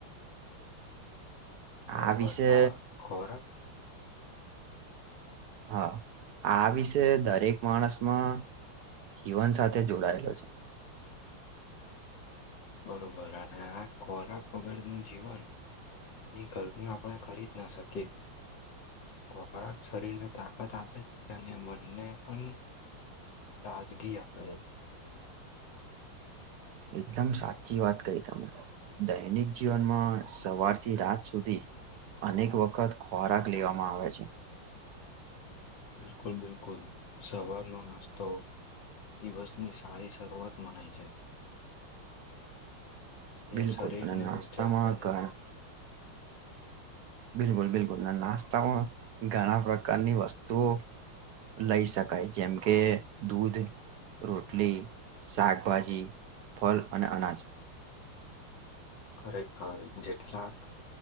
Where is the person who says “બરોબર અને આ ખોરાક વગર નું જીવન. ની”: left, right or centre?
Left